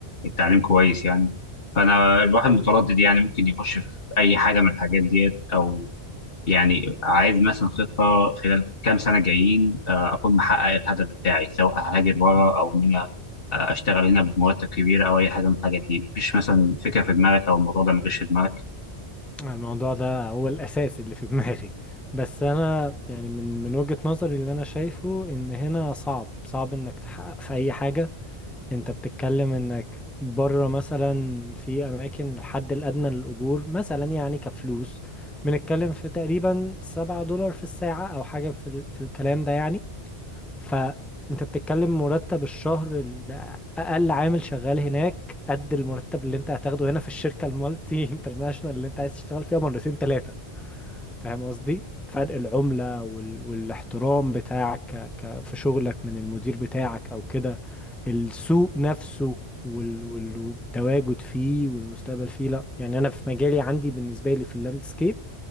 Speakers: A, on the left; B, in the centre.
A: التعليم كويس يعني فانا الواحد
B: يعني
A: متردد يعني ممكن يخش في اي حاجه من الحاجات ديت او يعني عايز مثلا خطة خلال كام سنة جايين آه، أكون محقق الهدف بتاعي سواء هاجر بره
B: مم.
A: أو إن أنا آه، أشتغل هنا بمرتب كبير أو أي حاجة من الحاجات دي مفيش مثلا فكرة في دماغك أو الموضوع ده مجاش في دماغك
B: الموضوع ده هو الأساس اللي في دماغي بس أنا يعني من من وجهة نظري اللي أنا شايفه إن هنا صعب صعب إنك تحقق في أي حاجة أنت بتتكلم إنك بره مثلا في أماكن الحد الأدنى للأجور مثلا يعني كفلوس بنتكلم في تقريبا سبعة دولار في الساعة أو حاجة في, ال... في الكلام ده يعني فانت بتتكلم مرتب الشهر ال- اقل عامل شغال هناك قد المرتب اللي انت هتاخده هنا في الشركه المالتي <laughs> انترناشونال اللي انت عايز تشتغل فيها مرتين ثلاثه فاهم قصدي فرق العمله وال... والاحترام بتاعك ك... ك... في شغلك من المدير بتاعك او كده السوق نفسه وال... وال... والتواجد فيه والمستقبل فيه لا يعني انا في مجالي عندي بالنسبه لي في اللاندسكيب